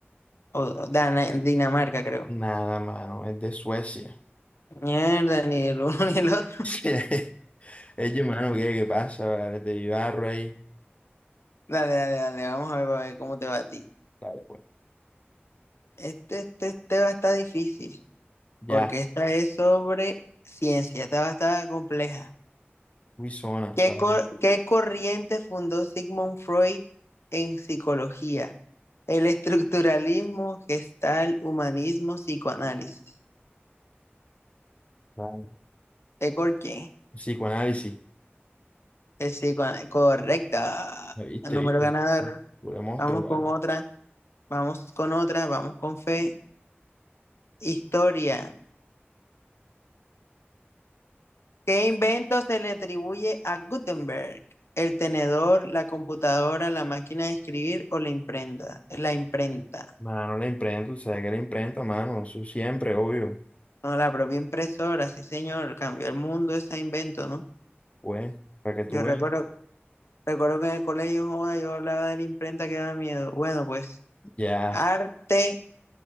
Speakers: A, on the left; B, on the left.
A: O o Dana- Dinamarca, creo.
B: Nada, mano, es de Suecia.
A: Mierda, ni el uno <laughs> ni el otro.
B: <laughs> Es mano, ¿qué, qué pasa? Vale, te ayudarro ahí.
A: Dale, dale, dale. Vamos a ver, a ver cómo te va a ti.
B: Vale, pues.
A: Este, este, este va a estar difícil.
B: Ya,
A: Porque esta es sobre ciencia. Esta va a estar compleja.
B: uy, zona,
A: ¿Qué,
B: vale.
A: cor- qué corriente fundó Sigmund Freud en psicología? El estructuralismo, gestal, humanismo, psicoanálisis.
B: vale.
A: ¿Qué cor- quién?
B: Psicoanálisis.
A: El psicoanálisis. Correcta.
B: ¿Lo ¿Viste,
A: Número
B: viste?
A: ganador.
B: Pure monstruo,
A: Vamos con
B: vale.
A: otra. Vamos con otra. Vamos con fe. Historia. ¿Qué invento se le atribuye a Gutenberg? El tenedor, la computadora, la máquina de escribir o la imprenta. La imprenta.
B: Mano, la imprenta, o sea, que la imprenta, mano, eso siempre, obvio.
A: No, la propia impresora, sí, señor, cambió el mundo ese invento, ¿no?
B: Pues, para que tú
A: Yo
B: veas.
A: recuerdo, recuerdo que en el colegio, joda, yo hablaba de la imprenta que daba miedo. Bueno, pues
B: Ya,
A: arte